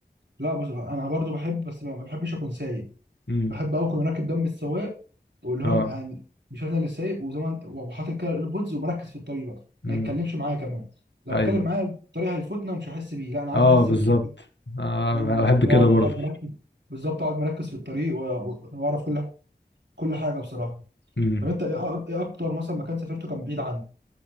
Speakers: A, on the right; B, on the left.
A: لا بس انا برضو بحب بس ما بحبش اكون سايق
B: امم.
A: بحب قوي اكون راكب دم السواق واللي هو
B: اه
A: يعني مش انا اللي سايق وزي ما انت- وحاطط كده الايربودز ومركز في الطريق بقى ما
B: امم
A: يتكلمش معايا كمان لو
B: ايوه
A: اتكلم معايا في الطريق هيفوتنا ومش هحس بيه لا انا عايز
B: اه
A: احس
B: بالظبط
A: بالطريق
B: انا
A: فاهم اه
B: بحب
A: اللي
B: كده
A: هو اقعد
B: برضه
A: أقعد مركز بالظبط اقعد مركز في الطريق و- و- واعرف كل كل حاجه بصراحه
B: امم
A: طب انت ايه أ- ايه اكتر مثلا مكان سافرته كان بعيد